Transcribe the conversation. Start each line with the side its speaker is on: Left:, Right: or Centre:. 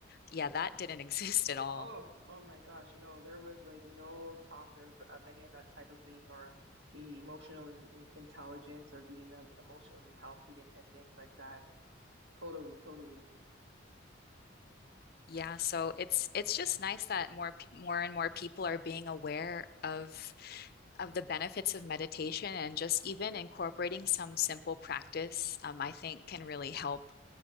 Left: yeah, that didn't <laughs> exist at all.
Right: Oh, oh my gosh, you know, there was like no talk of of any of that type of thing or emotional in, in- intelligence or being um, emotionally healthy and, and things like that. Totally, totally.
Left: Yeah, so it's it's just nice that more pe- more and more people are being aware of of the benefits of meditation and just even incorporating some simple practice, um, I think can really help